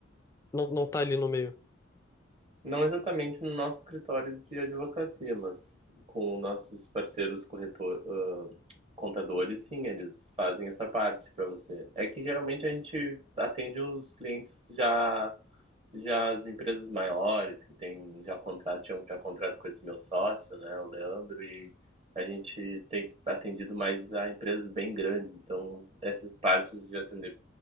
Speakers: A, on the left; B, on the right.
A: Não, não tá ali no meio?
B: Não exatamente no nosso escritório de advocacia, mas com nossos parceiros corretor, ah, contadores, sim, eles fazem essa parte para você. É que geralmente a gente atende os clientes já Já as empresas maiores que têm já contrato, tinham já contrato com esse meu sócio, né, o Leandro, e a gente tem atendido mais a empresas bem grandes. Então, essas partes de atender